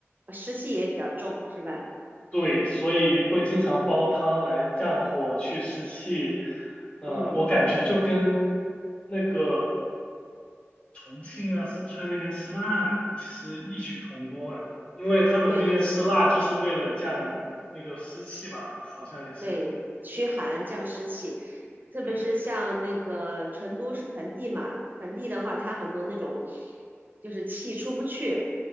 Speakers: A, on the right; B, on the left.
A: 湿气也比较重，是吧？
B: 对，所以会经常煲汤来降火去湿气。呃，
A: 嗯，
B: 我感觉就跟那个重庆啊、四川那边吃辣其实异曲同工啊，因为他们那边吃辣就是为了降那个湿气吧，
A: 对对对。
B: 好像也是。
A: 对，驱寒降湿气，特别是像那个成都是盆地嘛，
B: 对
A: 盆地的话，它很多那种就是气出不去